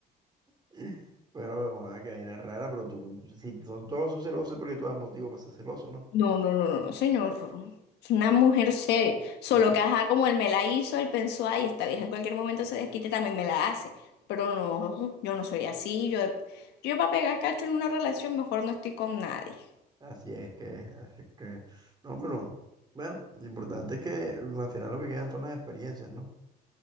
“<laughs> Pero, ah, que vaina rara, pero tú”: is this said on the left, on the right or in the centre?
Right